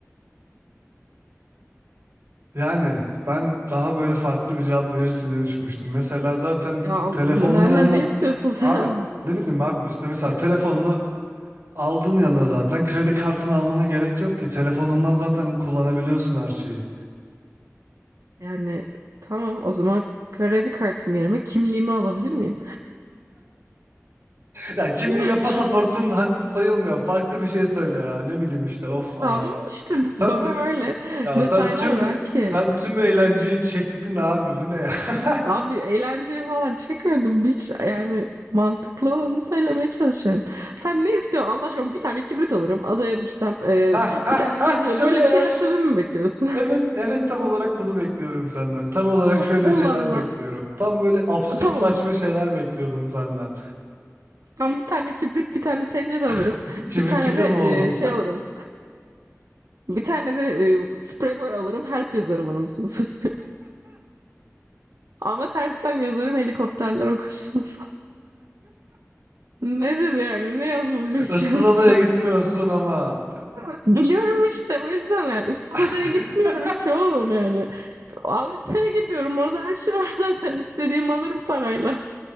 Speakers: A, on the right; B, on the right.
A: Yani ben daha böyle farklı bir cevap verirsin diye düşünmüştüm. Mesela zaten
B: Ya al-
A: telefonun
B: benden
A: yanına...
B: ne istiyorsun sen?
A: Abi ne bileyim abi işte mesela
B: <laughs>
A: telefonunu Aldın yanına zaten. Kredi kartını almana gerek yok ki. Telefonundan zaten kullanabiliyorsun her şeyi.
B: Yani tamam o zaman kredi kartım yerime kimliğimi alabilir miyim?
A: Ya kimliğin
B: <laughs>
A: ve pasaportun hak sayılmıyor. Farklı bir şey söyle ya. Ne bileyim işte. Of ama.
B: Tamam işte biz,
A: Sen
B: bana
A: de-
B: böyle
A: ya
B: detaylar
A: sen tüm
B: ver ki.
A: sen tüm eğlenceyi çektin abi. Bu ne ya? <laughs>
B: Abi eğlenceye falan çekmedim. Hiç yani mantıklı olanı söylemeye çalışıyorum. Sen ne istiyorsun Allah aşkına? Bir tane kibrit alırım. Adaya düşsem. eee,
A: Ha ha
B: bir tane
A: ha
B: tencere.
A: şöyle
B: Böyle
A: ya.
B: bir şeyler
A: Ş-
B: söylememi mi bekliyorsun?
A: Evet evet tam olarak bunu bekliyorum senden. Tam olarak
B: <laughs>
A: şöyle
B: Allah
A: şeyler
B: Allah.
A: bekliyorum. Tam böyle absürt
B: Tamam
A: saçma şeyler bekliyordum senden.
B: Ben bir tane kibrit, bir tane tencere alırım.
A: <laughs> Kibritçi
B: Bir tane
A: kız
B: de
A: mı oldun?
B: e, şey alırım. Bir tane de e, sprey boy alırım. Help yazarım anasını satayım. <laughs> Ama tersten yazarım helikopterler okusun. <laughs> Nedir yani? Ne yazmamı
A: <laughs>
B: bekliyorsun?
A: Issız adaya gitmiyorsun ama.
B: <laughs> Biliyorum işte o yüzden yani ıssız
A: <laughs>
B: adaya gitmiyorum ki oğlum yani. Avrupa'ya gidiyorum. Orada her şey var zaten. istediğimi alırım parayla. <laughs>